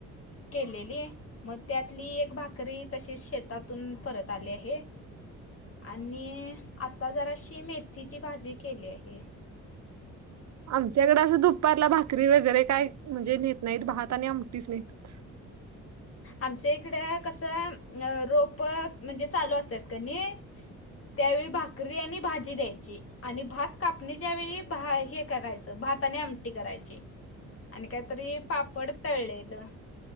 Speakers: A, on the left; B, on the right.
A: केलेली मग त्यातली एक भाकरी तशी शेतात ून परत आले आहे आणि आता जराशी मेथीची भाजी केली आहे
B: आमच्याकडे असं दुपारला भाकरी वगैरे काय म्हणजे नेत नाहीत भात आणि आमटीच नहेतात <inaudible>
A: आमच्या इकडे कसं रोप म्हणजे चालू असतात क नाही त्यावेळी भाकरी आणि भाजी द्यायची आणि भात कापणीच्या वेळी हे करायचं भाताने आमटी करायची
B: ह
A: आणि काहीतरी पापड तळलेलं